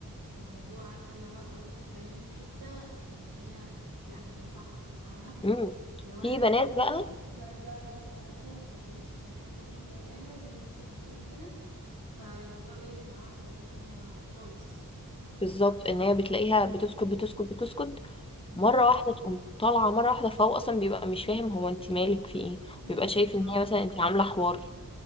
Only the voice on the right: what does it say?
في موضوع عارفه اللي هو قصدي بتتكلمي في حته ان هي لا هي صح فاهمه
اللي هو انا
لازم أديك.
في بنات بقى اللي هو بتعدي وما بتتكلمش في ان الحته دي مضايقاها زي ما انتي هتقولي كده فالموضوع بيقلب معاها بطريقه تانية خالص
معاكي جدا
امم
في
ايه
او